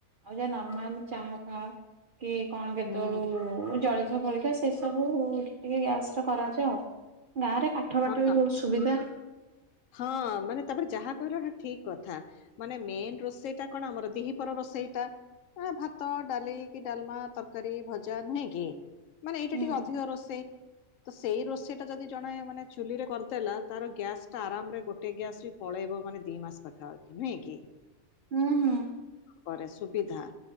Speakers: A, on the right (about 60°); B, on the left (about 70°).
A: ଆଉ ଯା ନର୍ମାଲ ଚାହା ଫା କି କଣ
B: ହୁଁ
A: ସେତେବେଳୁ ଜଳଖିଆ ଫଳିଖିଆ ସେ ସବୁ ଟିକେ ଗ୍ୟାସ ରେ କରାଯାଏ ଆଉ ଗାଁରେ କା କାଠ ପାଠ
B: ହଁ
A: ବି ବହୁତ ସୁବିଧା।
B: ହଁ ମାନେ ତାପରେ ଯାହା କହିଲଟା ଠିକ୍ କଥା ମାନେ ମେନ ରୋଷେଇଟା କଣ ଆମର ଦିହିପର ରୋଷେଇ ଟା ଭାତ ଡାଲି କି ଡାଲମା ତରକାରୀ ଭଜା ନୁହେଁ କି ମାନେ ଏଇଟା
A: ହୁଁ
B: ଟିକେ ଅଧିକ ରୋଷେଇ ତ ସେଇ ରୋଷେଇ ଟା ଯଦି ଜଣେ ମାନେ ଚୁଲିରେ କରିଦେଲା ତାର ଗ୍ୟାସ ଟା ଆରାମରେ ଗୋଟ ଗ୍ୟାସ ବି ପଳେଇବ ମାନେ ଦି ମାସ ପାଖାପାଖି ନୁହେଁ କି?
A: ହୁଁ ହୁଁ।
B: ପରେ ସୁବିଧା।